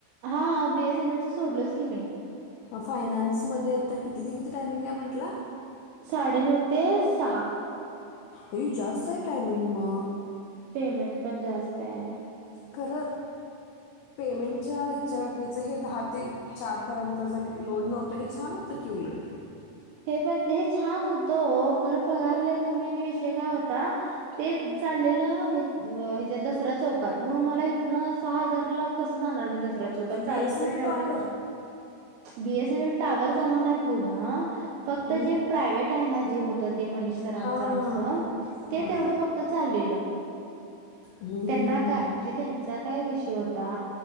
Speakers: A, on the right (about 80°); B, on the left (about 80°).
A: हा बी एस एन एल चं सोडलोच की मी.
B: फायनान्समध्ये आता किती ते किती टायमिंग आहे म्हटला.
A: साडेनऊ ते सहा.
B: अ जास्त आहे टाइमिंग म
A: पेमेंट पण जास्त आहे.
B: खरं.
A: <inaudible>
B: पेमेंटच्या हिच्यावाटणीचं हे दहा ते चारपर्यंत ज आणि लोड नव्हतं हे छान होतं की उलट.
A: हे पण हे छान होतं खरं पगार लई कमी आणि विषय काय होता. ते चाललेलं ह्याच्या दसरा चौकात मग मला इथनं सहा हजार ला कसं जाणार मी दसरा चौकात
B: ते बी
A: चालत
B: एस एन
A: तर
B: एल
A: मी एव्हडं
B: tower
A: लांब B S N L tower जाणार नाही पूर्ण फक्त
B: मग
A: जे प्रायव्हेट जे होत मनीष सरांचं
B: हां हां
A: आमचं
B: हां हां
A: ते तेवंढ फक्त चाललेलं
B: हां हां
A: त्यांना
B: हां
A: का म्हणजे त्यांच काय विषय होता